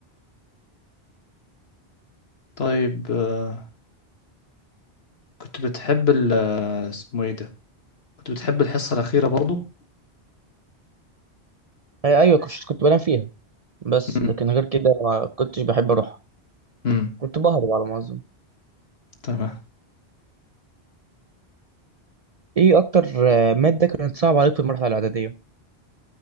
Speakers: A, on the left; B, on the right.
A: طيب آه، كنت بتحب ال آه، اسمه إيه ده؟ كنت بتحب الحصة الأخيرة برضو؟
B: إيه، ايوه كنت كنت بنام فيها بس
A: امم
B: لكن غير كده ما كنتش بحب اروح
A: امم
B: كنت بهرب على ما اظن
A: تمام
B: ايه اكتر آه، مادة كانت صعبة عليك في المرحلة الاعدادية